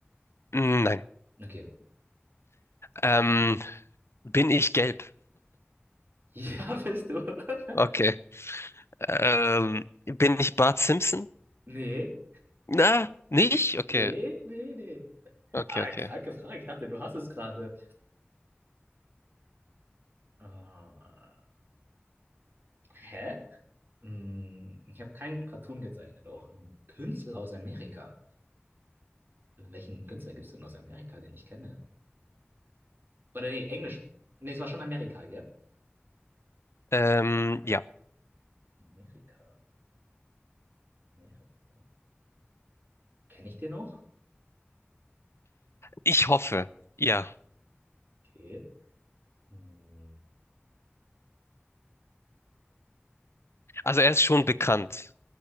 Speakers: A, on the left; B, on the right.
A: Hm, nein.
B: Okay. <laughs>
A: Ähm, bin ich gelb?
B: Ja, bist du. <laughs>
A: Okay. Ähm, bin ich Bart Simpson?
B: Nee.
A: Na, nicht? Okay,
B: Nee, nee, nee.
A: okay,
B: Ah,
A: okay.
B: kranke Frage. Ich dachte, du hast es gerade. Ah, hä? Hm, ich habe keinen Cartoon gezeichnet, auch einen Künstler aus Amerika. Welchen Künstler gibt es denn aus Amerika, den ich kenne? Oder nee, Englisch. Nee, es war schon Amerika, gell?
A: Ähm, ja.
B: Amerika, Amerika. Kenne ich den noch?
A: Ich hoffe, ja.
B: Okay. Hm,
A: Also er ist schon bekannt.